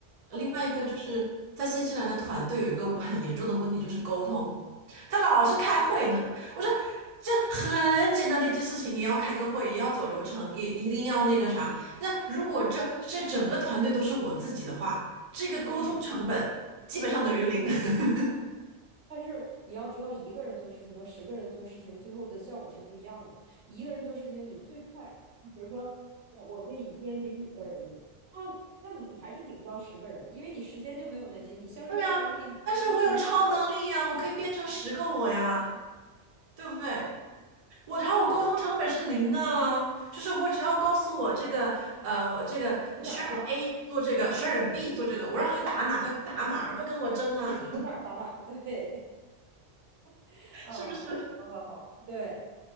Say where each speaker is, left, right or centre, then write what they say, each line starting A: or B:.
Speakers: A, on the right; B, on the right.
A: 另外一个就是在新西兰的团队有一个很严重的问题，
B: 他比拼的就是这个。
A: 就是沟通。他老是开会呢，我说这很简单的一件事情，也要开个会，也要走流程，也一定要那个啥。那如果这这整个团队都是我自己的话，这个沟通成本基本上等于零。
B: 嗯，
A: <laughs>
B: 但是你要知道，一个人做事情和十个人做事情，最后的效果是不一样的。一个人做事情，你最快，比如说我我可以一个人顶五个人用，那那你还是顶不到十个人嘛，因为你时间就没有那些，你效率再高，
A: 对呀，
B: 那个逼死你也做不到。
A: 但是我有超能力呀，我可以变成十个我呀，对不对？我然后我沟通成本是零啊，
B: 对，
A: 就是我只要告诉我这个呃，我这个
B: 指哪儿打哪儿，
A: Sharon A 做这个，Sharon B 做这个，我让他打哪他打哪儿，不跟我争啊，
B: 对，指哪儿打哪儿，对，<laughs>
A: <laughs>
B: 啊，
A: 是不是？
B: 好，好，好，好，对。